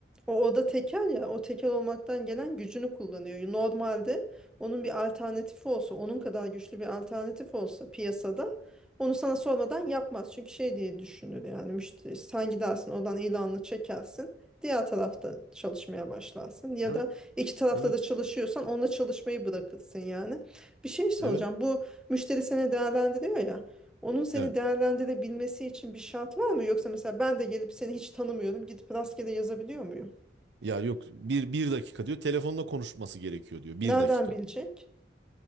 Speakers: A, in the centre; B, on the right.
A: O oda tekel ya o tekel olmaktan gelen gücünü kullanıyor. Normalde onun bir alternatifi olsa onun kadar güçlü bir alternatif olsa piyasada onu sana sormadan yapmaz. Çünkü şey diye düşünür yani müşteri sen gidersin oradan ilanını çekersin diğer tarafta çalışmaya başlarsın ya
B: Evet,
A: da iki tarafta
B: evet,
A: da çalışıyorsan onunla çalışmayı bırakırsın yani. Bir şey soracağım
B: evet,
A: bu müşteri seni değerlendiriyor ya onun seni
B: evet.
A: değerlendirebilmesi için bir şart var mı? Yoksa mesela ben de gelip seni hiç tanımıyorum gidip rastgele yazabiliyor muyum?
B: Ya yok bir, bir dakika diyor telefonla konuşması gerekiyor diyor bir
A: Nereden
B: dakika.
A: bilecek?